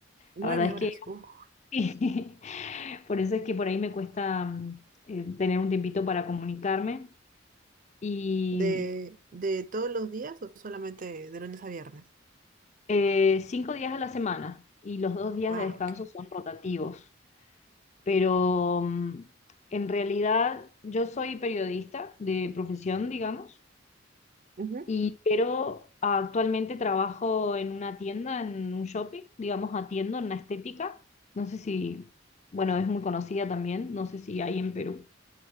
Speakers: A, on the right (about 45°); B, on the left (about 35°).
A: Nueve
B: La verdad es
A: horas. Uf.
B: Sí. <laughs> Por eso es que por ahí me cuesta mm, eh, tener un tiempito para comunicarme. Y
A: ¿De, de todos los días o solamente de lunes a viernes?
B: eh, cinco días a la semana y los dos días
A: Ah,
B: de descanso
A: ok.
B: son rotativos. Pero mm, en realidad yo soy periodista de profesión, digamos,
A: Ujú.
B: y, pero actualmente trabajo en una tienda, en un shopping, digamos, atiendo en la estética. No sé si, bueno, es muy conocida también, no sé si hay en Perú.